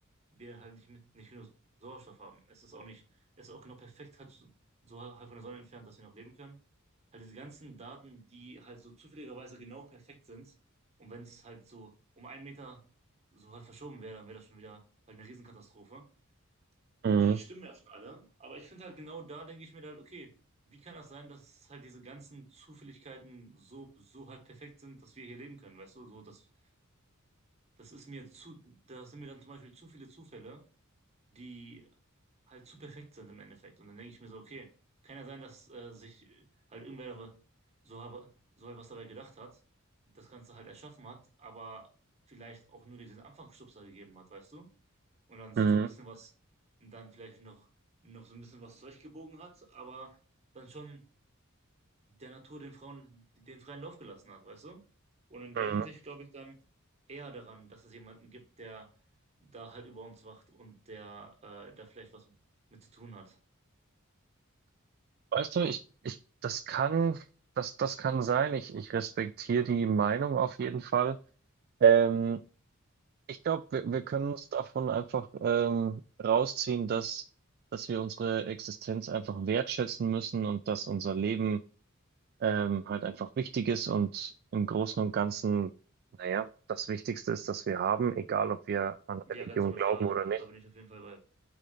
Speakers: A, on the right (about 30°); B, on the right (about 45°).
A: wir halt nicht, nicht genug Sauerstoff haben. Es ist auch nicht, es ist auch genau perfekt halt so so halt von der Sonne entfernt, dass wir noch leben können. Halt diese ganzen Daten, die halt so zufälligerweise genau perfekt sind. Und wenn es halt so um einen Meter so halt verschoben wäre, dann wäre das schon wieder halt eine Riesenkatastrophe
B: Mhm.
A: die stimmen erstmal alle, aber ich finde halt genau da denke ich mir halt, okay, wie kann das sein, dass halt diese ganzen Zufälligkeiten so, so halt perfekt sind, dass wir hier leben können, weißt du? So, das, das ist mir zu, das sind mir dann zum Beispiel zu viele Zufälle, die halt zu perfekt sind im Endeffekt. Und dann denke ich mir so, okay, kann ja sein, dass äh, sich halt irgendwer da so, habe, so halt was dabei gedacht hat, das Ganze halt erschaffen hat, aber vielleicht auch nur diesen Anfangsstupser gegeben hat, weißt du? und dann so,
B: Mhm.
A: so ein bisschen was, und dann vielleicht noch, noch so ein bisschen was zurechtgebogen hat, aber dann schon der Natur den Frauen den freien Lauf gelassen hat, weißt du? Und in
B: Mhm.
A: der Hinsicht glaube ich dann eher daran, dass es jemanden gibt, der da halt über uns wacht und der äh, da vielleicht was mit zu tun hat.
B: Weißt du, ich, ich, das kann, das, das kann sein. Ich, ich respektiere die Meinung auf jeden Fall. Ähm, ich glaube, wir, wir können uns davon einfach ähm, rausziehen, dass, dass wir unsere Existenz einfach wertschätzen müssen und dass unser Leben ähm, halt einfach wichtig ist und im Großen und Ganzen, naja, das Wichtigste ist, dass wir haben, egal ob wir an
A: Ja,
B: Religion
A: ganz ohne
B: glauben
A: Frage.
B: oder
A: Da
B: nicht.
A: bin ich auf jeden Fall bei.